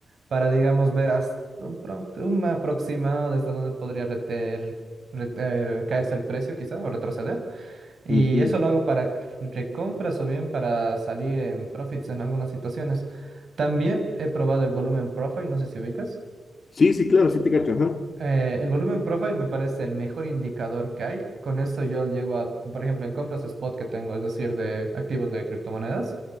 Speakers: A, on the right; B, on the left.
A: para, digamos, ver hasta un, pro- un aproximado desde donde podría reter, reter- caerse el precio quizá o retroceder. Y
B: ujú.
A: eso lo hago para recompras o bien para salir en profits en algunas situaciones. También he probado el volumen profile, no sé si ubicas.
B: Sí, sí, claro, sí te cacho. Ajá.
A: Eh, el volumen profile me parece el mejor indicador que hay. Con eso yo llego a, por ejemplo, en compras spot que tengo, es decir, de activos de criptomonedas.